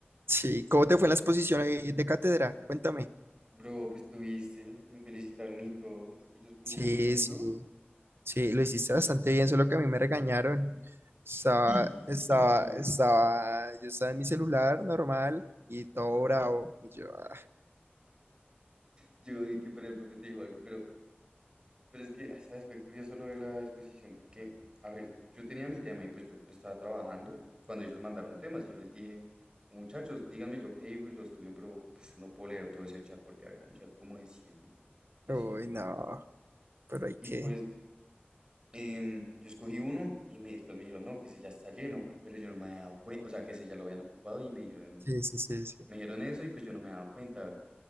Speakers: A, on the right (about 75°); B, on the right (about 20°).
A: Sí, ¿cómo te fue en la exposición ahí de cátedra? Cuéntame.
B: Bro, pues tuviste, me felicitaron y todo, es que yo pongo
A: Sí,
B: muy bien,
A: sí,
B: ¿no? <laughs>
A: sí, lo hiciste bastante bien, solo que a mí me regañaron. Estaba,
B: Sí, sí,
A: estaba,
B: yo vi.
A: estaba, yo estaba en mi celular normal y todo bravo. Y yo, ah,
B: Yo vi que para el profe te dijo algo, pero, pero es que, ah, ¿sabes? Fue curioso lo de la exposición, porque, a ver, yo tenía mi tema y pues yo pues, estaba trabajando cuando ellos mandaron temas y yo les dije, muchachos, díganme yo qué digo y lo estudio, pero pues no puedo leer todo ese chat porque había un chat como de 100 10,
A: uy,
B: cien
A: no, pero hay
B: Y
A: que.
B: pues em, yo escogí uno y me, después me dijeron, no, que ese ya está lleno, pero yo no me había dado cuenta, o sea, que ese ya lo habían ocupado y me dijeron,
A: Sí, sí, sí, sí.
B: me dijeron eso y pues yo no me había dado cuenta.